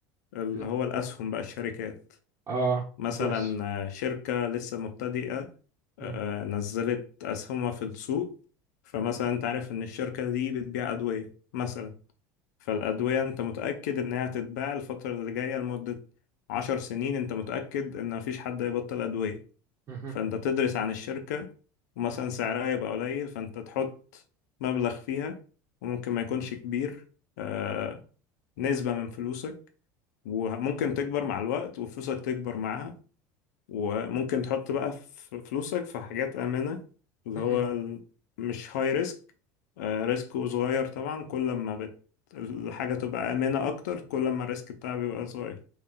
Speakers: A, on the left; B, on the right.
A: اللي
B: ال-
A: هو الأسهم بقى الشركات
B: اه
A: مثلا
B: البورصه
A: آه، شركة لسه مبتدئة آه،
B: مم.
A: آه، نزلت أسهمها في السوق فمثلا أنت عارف إن الشركة دي بتبيع أدوية مثلا فالأدوية أنت متأكد إنها هتتباع الفترة اللي جاية لمدة عشر سنين أنت متأكد إن مفيش حد هيبطل أدوية
B: مهم.
A: فأنت تدرس عن الشركة ومثلا سعرها يبقى قليل فأنت تحط مبلغ فيها وممكن ما يكونش كبير آه، نسبة من فلوسك وممكن تكبر مع الوقت وفلوسك تكبر معاها وممكن تحط بقى ف- فلوسك في حاجات آمنة اللي
B: مهم.
A: هو ال- مش هاي ريسك ريسك صغير طبعا كل ما بت... الحاجة تبقى آمنة أكتر كل ما الريسك بتاعها بيبقى صغير